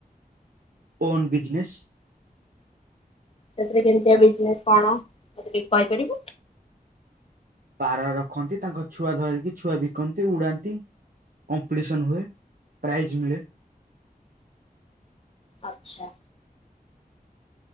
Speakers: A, on the right; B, on the left.
A: On business.
B: ସେଥିରେ କେମିତିଆ ବିଜନେଶ୍ କଣ ମତେ ଟିକେ କହିପାରିବୁ?
A: ପାରା ରଖନ୍ତି ତାଙ୍କ ଛୁଆ ଧରିକି ଛୁଆ ବିକନ୍ତି ଉଡ଼ାନ୍ତି। କମ୍ପିଟିସନ ହୁଏ ପ୍ରାଇଜ ମିଳେ।
B: ଆଚ୍ଛା।